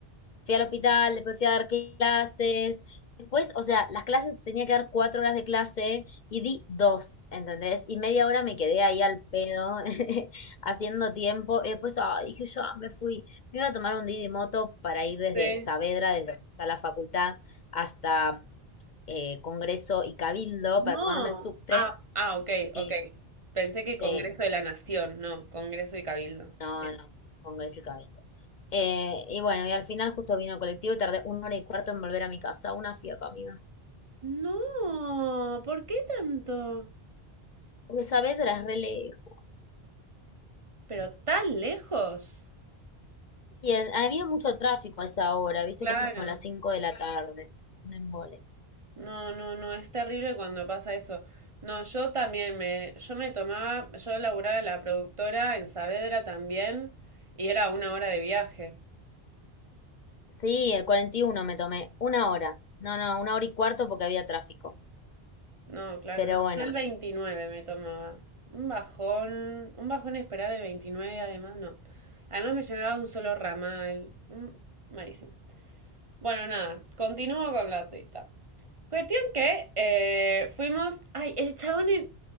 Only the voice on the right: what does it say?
Sí.
No.
Ah, ah, ok,
ok. Pensé que Congreso
de la Nación, no, Congreso y Cabildo.
Bien.
No, ¿por qué tanto?
Pero tan lejos.
Claro.
No, no, no, es terrible cuando pasa eso. No, yo también me, yo me tomaba, yo laburaba en la productora en Saavedra también y era una hora de viaje.
No, claro,
no.
Yo el 29 me tomaba. Un bajón, un bajón esperar el 29, además, no. Además me llegaba un solo ramal. mm, malísimo. Bueno, nada, continúo con la cita. Cuestión que eh, fuimos... Ay, el chabón... en-